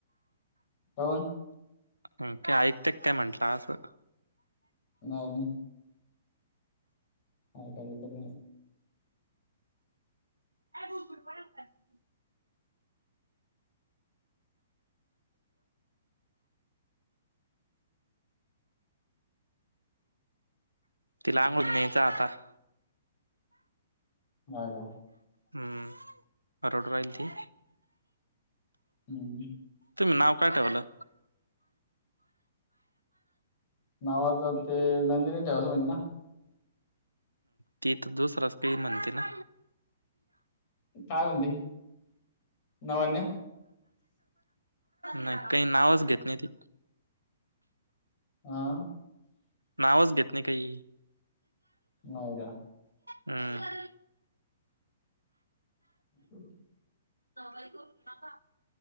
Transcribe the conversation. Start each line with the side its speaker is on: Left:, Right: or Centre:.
Left: हो
Right: ह काय ऐकत काय म्हंटलं असं.
Left: न ना अ का पण <inaudible>
Right: अ ब ब <inaudible> तिला आंगळूली न्यायचा आता <inaudible>
Left: ह का
Right: हम्म रडू राहिल ती,
Left: हम्
Right: तुम्ही नाव काय ठेवलं?
Left: नावा तर ते नंदिनीत ठेवायचं म्हणजे ना,
Right: ती तर दुसराच काही म्हणते ना,
Left: काय म्हणते नवन्य
Right: नाही काही नावच घेत नाही ती
Left: हां.
Right: नावच घेत नाही काही
Left: नाय का?
Right: हम्म.
Left: हो.
Right: सवई करु नाका.